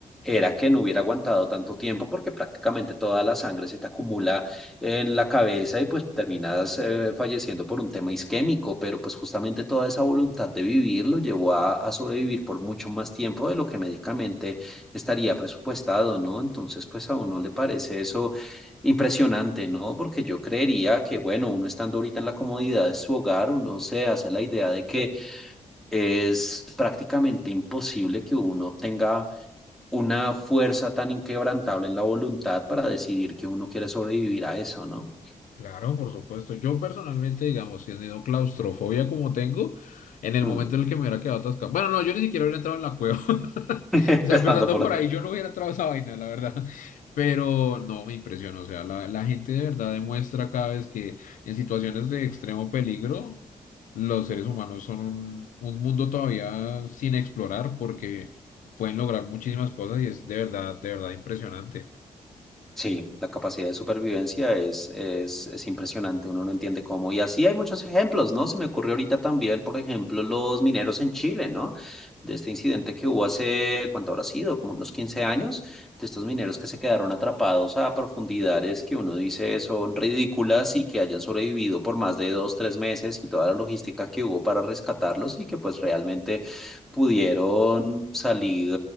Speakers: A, in the centre; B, on the left (about 80°).
A: era que no hubiera aguantado tanto tiempo porque prácticamente toda la sangre se te acumula en la cabeza y pues terminas eh, falleciendo por un tema isquémico, pero pues justamente toda esa voluntad de vivir lo llevó a, a sobrevivir por mucho más tiempo de lo que médicamente estaría presupuestado, ¿no? Entonces, pues a uno le parece eso Impresionante, ¿no? Porque yo creería que, bueno, uno estando ahorita en la comodidad de su hogar, uno se hace la idea de que es prácticamente imposible que uno tenga una fuerza tan inquebrantable en la voluntad para decidir que uno quiere sobrevivir a eso, ¿no?
B: Claro, por supuesto. Yo personalmente, digamos, teniendo claustrofobia como tengo, en el
A: Mm.
B: momento en el que me hubiera quedado atascado. Bueno, no, yo ni siquiera hubiera entrado en la cueva. <laughs>
A: <laughs> Empezando
B: O sea, empezando
A: por
B: por ahí, yo no hubiera entrado a esa vaina, la verdad. <laughs> Pero no, me impresiona. O sea, la, la gente de verdad demuestra cada vez que en situaciones de extremo peligro, los seres humanos son un, un mundo todavía sin explorar porque pueden lograr muchísimas cosas y es de verdad, de verdad impresionante.
A: Sí, la capacidad de supervivencia es, es, es impresionante, uno no entiende cómo. Y así hay muchos ejemplos, ¿no? Se me ocurrió ahorita también, por ejemplo, los mineros en Chile, ¿no? De este incidente que hubo hace, ¿cuánto habrá sido? Como unos 15 años, de estos mineros que se quedaron atrapados a profundidades que uno dice son ridículas y que hayan sobrevivido por más de dos, tres meses y toda la logística que hubo para rescatarlos y que pues realmente pudieron salir